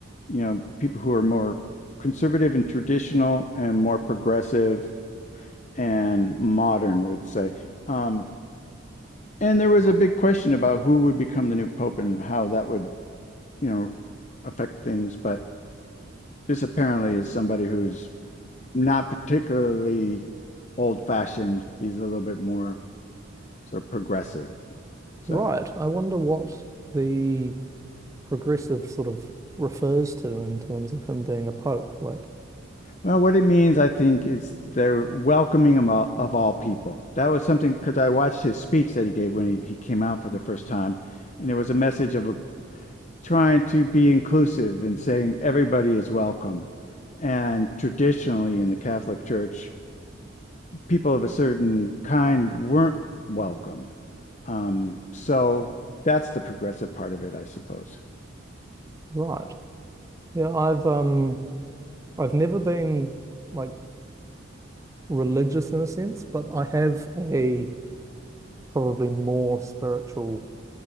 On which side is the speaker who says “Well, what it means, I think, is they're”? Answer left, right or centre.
Left